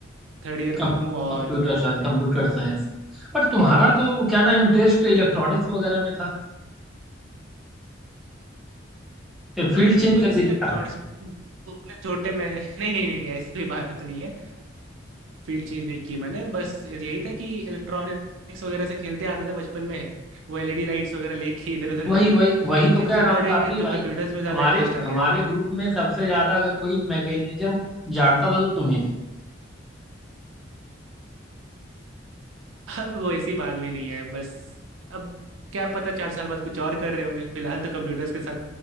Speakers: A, on the right (about 80°); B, in the centre.
A: थर्ड ईयर में
B: कम,
A: हूँ और
B: computer science computer science but तुम्हारा तो क्या ना इंटरेस्ट इलेक्ट्रॉनिक्स वगैरह में था फील्ड
A: अब बचपन
B: चेंज कर
A: से
B: दिया
A: इलेक्ट्रॉनिक्स उतने छोटे में <laughs> नहीं नहीं नहीं नहीं, ऐसी कोई बात नहीं है फील्ड चेंज नहीं की मैंने बस यही था कि इलेक्ट्रॉनिक्स वगैरह से खेलते आता था बचपन में वो एलईडी लाइट्स वगैरह लेके <laughs> इधर उधर
B: वही
A: करना
B: वही वही तो
A: फिर
B: कह
A: जब
B: रहा
A: बड़े
B: हूँ काफी
A: हुए
B: भाई
A: तो कंप्यूटर्स में ज़्यादा
B: हमारे
A: इंटरेस्ट आ गया
B: हमारे ग्रुप में सबसे ज्यादा अगर कोई मैकेनिज्म जानता था तो तुम ही थे
A: अब वो ऐसी बात भी नहीं है बस अब क्या पता चार साल बाद कुछ और कर रहे होंगे फिलहाल तो कंप्यूटर्स के साथ